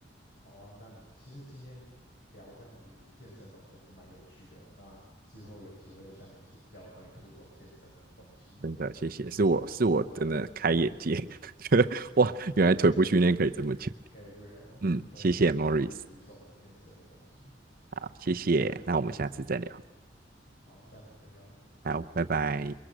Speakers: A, on the left; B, on the right.
A: 好啊，那其实今天聊这样子健身的东西还是蛮有趣的。那之后有机会再向你请教关于徒手健身的东西。
B: 真的谢谢，是我是我真的开眼界，
A: 那
B: <laughs> 觉得哇，
A: 那就谢谢
B: 原来腿部训练可以这么讲。
A: Gabriel
B: 嗯，
A: 跟我分享这个徒手健身的东西。
B: 谢谢 Morris，好，谢谢，那我们下次再聊，
A: 好，下次再聊。
B: 好，拜拜。